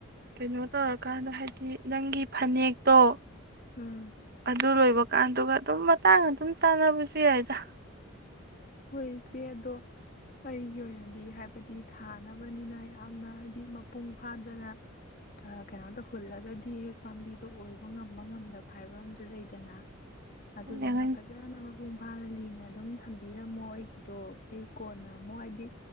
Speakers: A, on the right; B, on the left.
A: ꯀꯩꯅꯣ ꯇꯧꯔꯀꯥꯟꯗ ꯍꯥꯏꯗꯤ ꯅꯪꯒꯤ ꯐꯅꯦꯛꯇꯣ
B: ꯎꯝ
A: ꯑꯗꯨ ꯂꯣꯏꯕꯀꯥꯟꯗꯨꯒ ꯑꯗꯨꯝ ꯇꯥꯡ ꯑꯗꯨꯝ ꯆꯥꯟꯅꯕꯁꯨ ꯌꯥꯏꯗ
B: ꯍꯣꯏ ꯏꯆꯦ ꯑꯗꯣ ꯑꯩꯒꯤ ꯑꯣꯏꯅꯗꯤ ꯍꯥꯏꯕꯗꯤ ꯊꯥꯅꯕꯅꯤꯅ ꯌꯥꯝꯅ ꯍꯥꯏꯗꯤ ꯃꯄꯨꯡ ꯐꯥꯗꯅ ꯀꯩꯅꯣ ꯇꯧꯍꯨꯜꯂꯒꯗꯤ ꯍꯦꯛ ꯄꯥꯝꯕꯤꯗꯣ ꯑꯣꯏꯕ ꯉꯝꯕ ꯉꯝꯗꯕ ꯍꯥꯏꯕ ꯑꯝꯨ ꯂꯩꯗꯅ ꯑꯗꯨꯗꯨꯅ
A: ꯐꯅꯦꯛ
B: ꯐꯖꯅ ꯃꯄꯨꯡ ꯐꯥꯅ ꯂꯤꯅ ꯑꯗꯨꯝ ꯊꯝꯕꯤꯔꯝꯃꯣ ꯑꯩꯒꯤꯗꯣ ꯑꯩ ꯀꯣꯟꯅ ꯑꯃꯨꯛ ꯍꯥꯏꯗꯤ